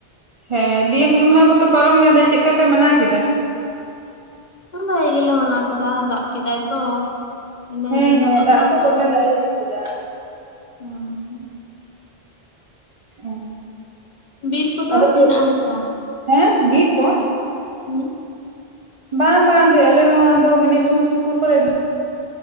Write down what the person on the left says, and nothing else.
ᱵᱷᱟᱜᱮ ᱜᱮᱞᱮ ᱢᱟᱱᱟᱣ ᱠᱮᱫᱟ ᱫᱟᱜ ᱠᱮᱫᱟᱭ ᱛᱚ ᱤᱱᱟᱹ
ᱫᱤᱱ
ᱦᱤᱞᱳᱜ
ᱫᱚ
ᱟᱫᱚ
ᱦᱩᱸ
ᱵᱤᱨ ᱠᱚᱫᱚ
ᱦᱮᱱᱟᱜ ᱟᱥᱮ ᱵᱟᱝ
ᱦᱩᱸ